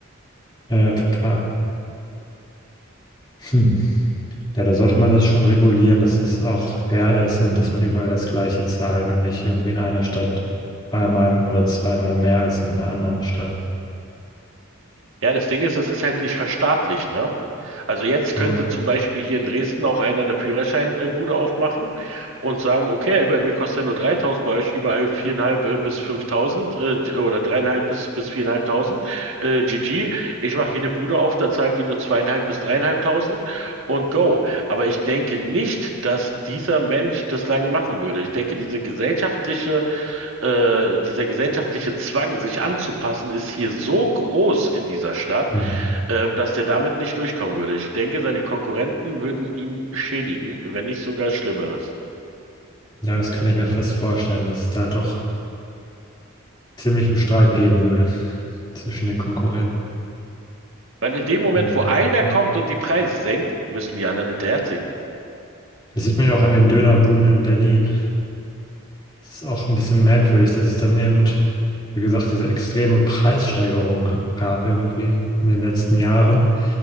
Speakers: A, on the left; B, on the right.
A: Ja, ja, total. Hm. Ja, da sollte man das schon regulieren, dass es auch fair ist und dass man überall das Gleiche zahlt und nicht irgendwie in einer Stadt dreimal oder zweimal mehr als in einer anderen Stadt.
B: Ja, das Ding ist, es ist halt nicht verstaatlicht, ne? Also jetzt könnte
A: Ja,
B: zum Beispiel hier in Dresden auch einer eine Führerscheinbude aufmachen und sagen, okay, bei mir kostet er nur 3.000, bei euch überall 4.500 äh, bis 5.000 äh, oder dreieinhalb bis, bis 4.500 äh, GG. Ich mache hier eine Bude auf, da zahlt die nur zweieinhalb bis dreieinhalbtausend und go. Aber ich denke nicht, dass dieser Mensch das lange machen würde. Ich denke, diese gesellschaftliche äh, dieser gesellschaftliche Zwang, sich anzupassen, ist hier so groß in dieser Stadt,
A: mhm.
B: ähm, dass der damit nicht durchkommen würde. Ich denke, seine Konkurrenten würden ihm schädigen, wenn nicht sogar Schlimmeres.
A: Ja, das kann ich mir fast vorstellen, dass es da doch ziemlich einen Streit geben würde zwischen den Konkurrenten.
B: Weil in dem Moment,
A: Ähm,
B: wo einer
A: ja.
B: kommt und die Preise senkt, müssen die anderen hinterherziehen.
A: Das sieht man ja auch an den Dönerbuden in Berlin. Das ist auch ein bisschen merkwürdig, dass es dann eben, wie gesagt, diese extreme Preissteigerung gab irgendwie in den letzten Jahren.